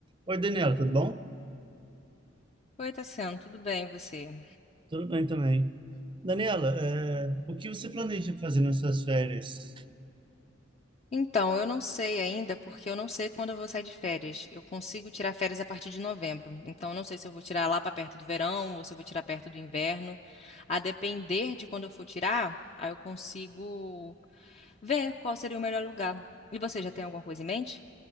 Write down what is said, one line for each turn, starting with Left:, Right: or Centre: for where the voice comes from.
Right: Oi, Daniela, tudo bom?
Left: Oi, Tassiano, tudo bem e você?
Right: Tudo bem também. Daniela, é, o que você planeja fazer nas suas férias?
Left: Então, eu não sei ainda, porque eu não sei quando eu vou sair de férias. Eu consigo tirar férias a partir de novembro. Então, eu não sei se eu vou tirar lá para perto do verão ou se eu vou tirar perto do inverno. A depender de quando eu for tirar, aí eu consigo ver qual seria o melhor lugar. E você já tem alguma coisa em mente?